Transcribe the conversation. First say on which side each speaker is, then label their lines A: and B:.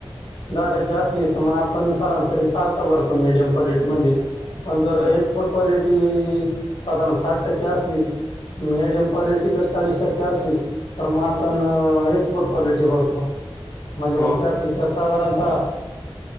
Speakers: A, on the left (about 75°); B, on the left (about 25°).
A: दहा टक्के असली, तर मग आपण सरांसरी सारखं भरतो, मीडियम क्वालिटीमध्ये. पण जर
B: ह
A: एक्सपोर्ट क्वालिटी साधारण साठ टक्के असली मीडीयम क्वालिटी जर चाळीस टक्के असली तर मग आपण एक्सपर्ट क्वालिटी भरतो. म्हणजे मग
B: हो का
A: <unintelligible> साधारणतः